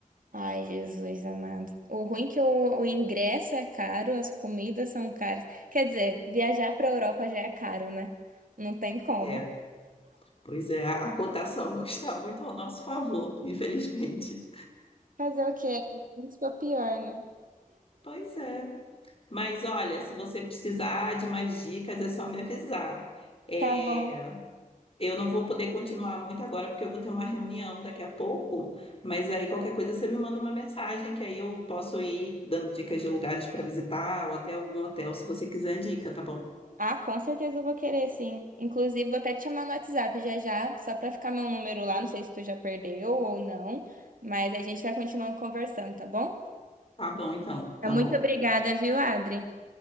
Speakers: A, on the right (about 75°); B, on the left (about 40°).
A: Ai, Jesus amado. O ruim é que o, o ingresso é caro, as comidas são caras. Quer dizer, viajar pra Europa já é caro, né? Não tem como.
B: É, pois é, a a cotação <laughs> não está muito ao nosso favor, infelizmente.
A: Fazer o quê? Isso é pior, né?
B: Pois é. Mas olha, se você precisar de mais dicas, é só me avisar. É,
A: Tá. bom.
B: eu não vou poder continuar muito agora, porque eu vou ter uma reunião daqui a pouco, mas aí qualquer coisa você me manda uma mensagem, que aí eu posso ir dando dicas de lugares para visitar, ou até algum hotel, se você quiser dica, tá bom?
A: Ah, com certeza eu vou querer, sim. Inclusive, vou até te chamar no WhatsApp já já, só pra ficar meu número lá. Não sei se tu já perdeu ou não, mas a gente vai continuando conversando, tá bom?
B: Tá bom, então,
A: Então,
B: tá
A: Muito
B: bom.
A: obrigada, viu, Adri?